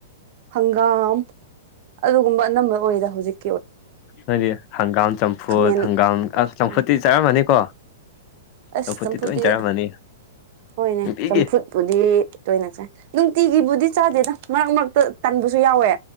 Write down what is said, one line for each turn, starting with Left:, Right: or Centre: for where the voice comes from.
Right: ꯍꯪꯒꯥꯝ ꯑꯗꯨꯒꯨꯝꯕ ꯑꯅꯝꯕ ꯑꯣꯏꯗ ꯍꯧꯖꯤꯛ
Left: ꯍꯥꯏꯗꯤ ꯍꯪꯒꯥꯝ ꯆꯝꯐꯨꯠ
Right: ꯈꯥꯃꯦꯟ
Left: ꯍꯪꯒꯥꯝ ꯆꯝꯐꯨꯠꯇꯤ
Right: ꯑ
Left: ꯆꯥꯔꯝꯃꯅꯤꯀꯣ
Right: ꯑꯁ
Left: ꯆꯝꯐꯨꯠꯇꯤ
Right: ꯆꯝꯐꯨꯗꯤꯤ
Left: ꯇꯣꯏꯅ ꯆꯥꯔꯝꯃꯅꯤ
Right: ꯍꯣꯏꯅꯦ
Left: ꯅꯨꯡꯇꯤꯒꯤ
Right: ꯆꯝꯐꯨꯠ ꯕꯨꯗꯤ ꯇꯣꯏꯅ ꯆꯥꯏ ꯅꯨꯡꯇꯤꯒꯤꯕꯨꯗꯤ ꯆꯥꯗꯦꯗ ꯃꯔꯛ ꯃꯔꯛꯇ ꯇꯟꯕꯁꯨ ꯌꯥꯎꯋꯦ